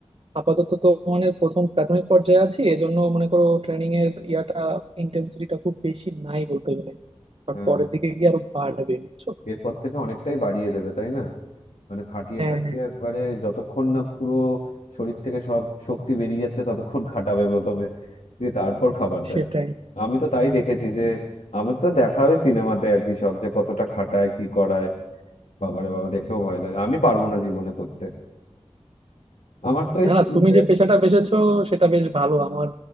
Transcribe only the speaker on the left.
হ্যাঁ
এরপর থেকে অনেকটাই বাড়িয়ে দেবে তাই না মানে খাটিয়ে
খাটিয়ে
একবারে যতক্ষণ না পুরো শরীর থেকে সব শক্তি বেরিয়ে যাচ্ছে ততক্ষণ খাটাবে প্রথমে দিয়ে তারপর খাবার দেয়
আমি তো তাই দেখেছি যে আমি তো দেখা হয় সিনেমাতে আর কি সব যে কতটা খাটায় কি করায় বাবারে বাবা দেখেও ভয় লাগে আমি পারবো না জীবনে করতে আমার তো এই
স্কুলে